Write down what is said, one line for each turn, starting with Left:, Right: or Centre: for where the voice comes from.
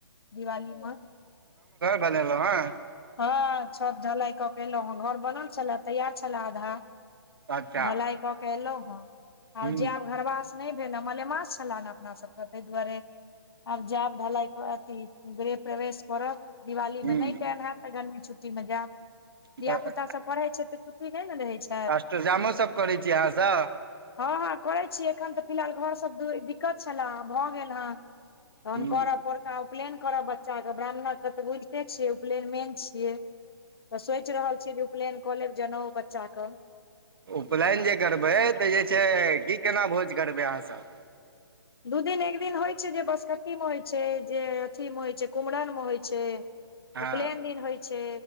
Left: दिवालीमे।
Right: बनेने <unintelligible> हँ
Left: हँ छत ढलाई कऽ के एलहुँ। घर बनल छल, तैयार छल आधा।
Right: अच्छा
Left: ढलैइ कऽ के एलहुँ हँ
Right: ह
Left: आब जायब घरबास नहि भेल ह मले माछ छलनि ह अपना सभके ताहि दुआरे आब जाब ढलाइ हेतै, आथि गृह प्रवेश करब। दिवालीमे
Right: ह
Left: नहि टाइम हेतै तऽ गरमी छुट्टीमे जायब। धियापुता
Right: तऽ
Left: सभकेँ पढ़ै छै तऽ छुट्टी नहि ने रहय छै
Right: अष्ट जामो सभ करै छी अहाँसँ
Left: हँ हँ, करैत छी। एखन तऽ फिलहाल घरके सभ दिक्कत छलै, से भऽ गेल हँ। तहन
Right: ह
Left: करब। पोरकाके उपनयन करब। बच्चाके ब्राह्मणके तऽ बुझिते छियै, उपनयन मेन छियै तऽ सोचि रहल छियै जे उपनयन कऽ लेब, जनेऊ बच्चाकेँ।
Right: उपनयन जे करबै तऽ जे छै, की केना भोज करबै अहाँसभ?
Left: दू दिन एक दिन होइत छै जे बसकट्टीमे होइत छै जे अथीमे होइत छै कुमहरममे होय छै
Right: हँ
Left: उपनयन दिन होइ छै